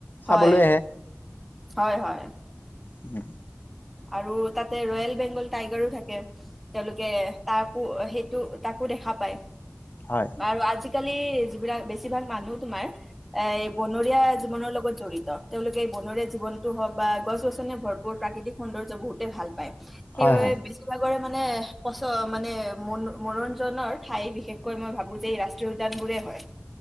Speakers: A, on the left (about 40°); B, in the centre.
A: চাবলৈ
B: হয়
A: আহে
B: হয় হয়।
A: উম।
B: আৰু তাতে ৰয়েল বেংগল টাইগাৰো থাকে। তেওঁলোকে তাকো সেইটো তাকো দেখা পায়।
A: হয়।
B: আৰু আজিকালি যিবিলাক বেছিভাগ মানুহ তোমাৰ এই বনৰীয়া জীৱনৰ লগত জড়িত, তেওঁলোকে এই বনৰীয়া জীৱনতটো হওক বা গছ গছনিৰে ভৰপূৰ প্ৰাকৃতিক সৌন্দৰ্য বহুতে ভাল পায়, সেইবাবে
A: হয় হয়
B: বেছিভাগৰ মানে পচ মানে মন-মনোৰঞ্জনৰ ঠাই বিশেষকৈ মই ভাবো যে এই ৰাস্ত যোগদান বোৰে হয়।